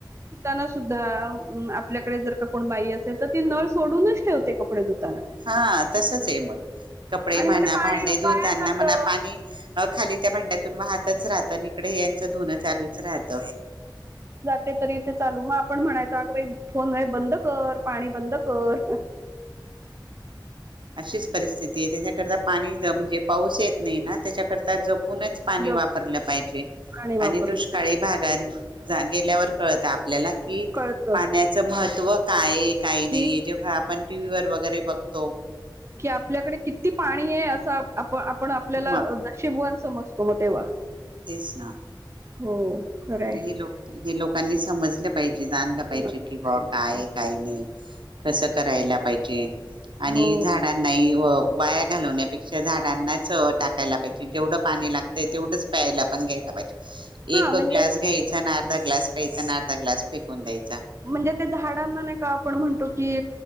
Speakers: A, on the right; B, on the right.
A: ताना सुद्धा आपल्याकडे जर का कोण बाई असेल तर ती नळ सोडूनच ठेवते कपडे धुताना
B: हा तसच आहे मग कपडे
A: आणि
B: म्हणा
A: मग ते पाणी
B: भांडे
A: वाया
B: धुतना
A: जातं
B: म्हनला पाणी खाली त्या भांड्यातून वाहतच राहत न इकडे धुन चालूच राहत
A: ते तरी इथे चालू मग आपण म्हणायच अग बाई फोन हे बंद कर पाणी बंद कर,
B: अशीच परिस्थिती, त्याच्याकरता पाणी म्हणजे पाऊस येत नाही ना, त्याच्याकरता जपूनच पाणी
A: जप
B: वापरलं पाहिजे,
A: पाणी वापरलं
B: आणि दुष्क काळी भागात, गेल्यावर कळत आपल्याला कि
A: कळत
B: पाण्याचं महत्त्व कायहाय, काही नाहीे
A: की
B: जेव्हा आपण टीव्ही वर वगैरे बघतो.
A: कि आपल्याकडे किती पाणी हे्य, असं आपण आपल्याला
B: म
A: नशिबवान समजतो मग तेव्हा.
B: तेच ना.
A: हो. खरंय
B: हे लोक, हे लोकांनी समजलं पाहिजे, जाणलं पाहिजे
A: मलाच
B: की बा
A: पाहिजे.
B: काय आहे, काय नाही, कसं करायला पाहिजे, आणि
A: हो
B: झाड नाही हो, वाया घालवण्यापेक्षा झाडांनाच टाकायला पाहिजे जेवढं पाणी लाग ते तेवढंच प्यायला पण घ्यायला पाहिजे.
A: हा
B: तो
A: म्हणजे
B: ग्लास घ्यायचा आणि अर्धा ग्लास प्यायचा आणि अर्धा ग्लास फेकून द्यायचा.
A: म्हणजे ते झाडांना नाही का आपण म्हणतो की,